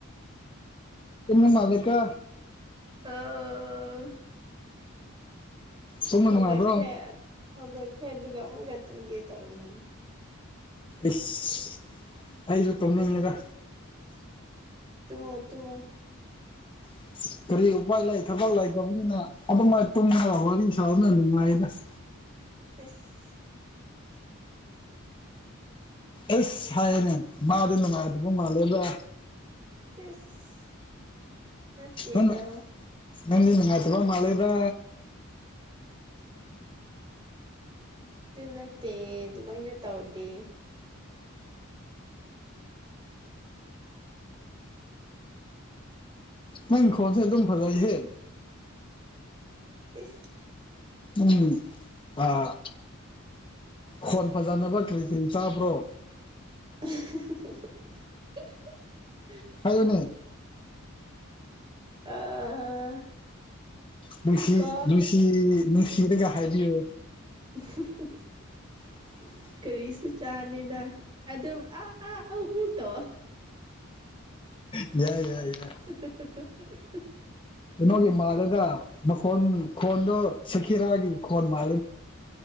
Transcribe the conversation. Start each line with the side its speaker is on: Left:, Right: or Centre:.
Left: ꯇꯨꯝꯕ ꯃꯥꯜꯂꯦꯀꯣ
Right: <unintelligible> ꯑ ꯑ
Left: ꯇꯨꯝꯕ
Right: ꯍꯧꯒꯠꯈ꯭ꯔꯦ
Left: ꯅꯨꯡꯉꯥꯏꯕ꯭ꯔꯣ
Right: ꯍꯧꯒꯠꯈ꯭ꯔꯦ ꯑꯗꯨꯒ ꯑꯃꯨꯛꯀ ꯇꯨꯝꯒꯦ ꯇꯧꯕꯅꯤ
Left: ꯏꯁ ꯑꯩꯖꯨ ꯇꯨꯝꯅꯤꯡꯉꯦꯗ
Right: ꯇꯨꯝꯃꯣ ꯇꯨꯝꯃꯣ
Left: <inaudible> ꯀꯔꯤ ꯎꯄꯥꯏ ꯂꯩ ꯊꯕꯛ ꯂꯩꯇꯕꯅꯤꯅ ꯑꯗꯨꯃꯥꯏ ꯇꯨꯝꯃꯒ ꯋꯥꯔꯤ ꯁꯥꯕꯅ ꯅꯨꯡꯉꯥꯏꯗ <inaudible>
Right: ꯏꯁ
Left: ꯑꯁ ꯍꯥꯏꯌꯦꯅꯦ ꯃꯥꯗꯤ ꯅꯨꯡꯉꯥꯏꯕꯗꯤ ꯃꯥꯜꯂꯦꯗ
Right: ꯢꯁ ꯅꯠꯇꯦꯗ
Left: ꯅꯪꯅ ꯅꯪꯗꯤ ꯅꯨꯡꯉꯥꯏꯇꯕ ꯃꯥꯜꯂꯦꯗ
Right: ꯎꯝ ꯑꯗꯨ ꯅꯠꯇꯦ ꯑꯗꯨꯃꯥꯏꯅ ꯇꯧꯗꯦ
Left: ꯅꯪ ꯈꯣꯟꯁꯦ ꯑꯗꯨꯝ ꯐꯖꯩꯍꯦ
Right: ꯏꯁ
Left: ꯎꯝ ꯑꯥ ꯈꯣꯟ ꯐꯖꯅꯕ ꯀ꯭ꯔꯤ ꯀ꯭ꯔꯤ ꯆꯥꯕ꯭ꯔꯣ
Right: <unintelligible>
Left: ꯍꯥꯏꯌꯨꯅꯦ
Right: ꯑꯥ
Left: ꯅꯨꯡꯁꯤ
Right: ꯀꯣ
Left: ꯅꯨꯡꯁꯤ ꯅꯨꯡꯁꯤꯔꯒ ꯍꯥꯏꯕꯤꯌꯣ
Right: ꯍꯍ
Left: <inaudible>
Right: ꯀꯔꯤꯁꯨ ꯆꯥꯅꯤꯅ ꯑꯗꯨꯝ ꯑꯥ ꯑꯥ ꯎ ꯎ ꯇꯣ
Left: ꯌꯥꯏ ꯌꯥꯏ
Right: <inaudible>
Left: ꯌꯥꯏ ꯀꯩꯅꯣꯒꯤ ꯃꯥꯜꯂꯦꯗ ꯅꯈꯣꯟ ꯈꯣꯟꯗꯣ ꯁꯀꯤꯔꯥꯒꯤ ꯈꯣꯟ ꯃꯥꯜꯂ